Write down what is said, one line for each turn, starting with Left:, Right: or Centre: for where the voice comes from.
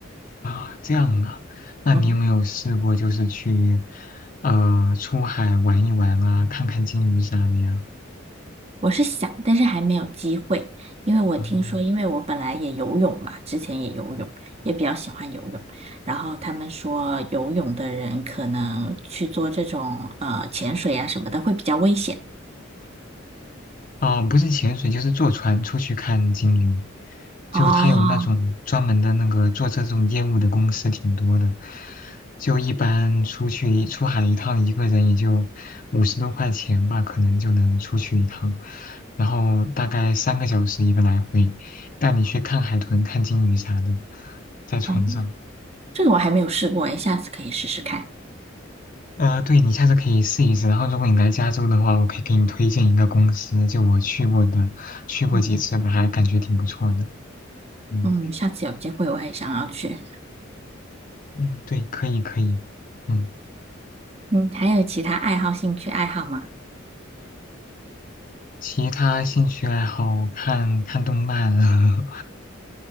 Left: 啊，这样啊，那你有没有试过就是去，
Right: 嗯。
Left: 呃，出海玩一玩啊，看看鲸鱼啥的呀？
Right: 我是想，但是还没有机会，因为我听说，
Left: 嗯，
Right: 因为我本来也游泳嘛，之前也游泳，也比较喜欢游泳。然后他们说，游泳的人可能去做这种呃潜水啊什么的会比较危险。
Left: 哦，不是潜水，就是坐船出去看鲸鱼，就他有那种专门的那个做这种业务的公司挺多的，
Right: 哦，
Left: 就一般出去一出海一趟，一个人也就五十多块钱吧，可能就能出去一趟，然后大概三个小时一个来回，带你去看海豚、看鲸鱼啥的，在船上。
Right: 哦这个我还没有试过诶，下次可以试试看。
Left: 呃，对，你下次可以试一试。然后，如果你来加州的话，我可以给你推荐一个公司，就我去过的，去过几次的，
Right: 嗯
Left: 还感觉挺不错的。嗯
Right: 嗯，下次有机会我也想要去。
Left: 嗯，对，可以可以。嗯，
Right: 嗯，还有其他爱好、兴趣爱好吗？
Left: 其他兴趣爱好看看动漫，<laughs>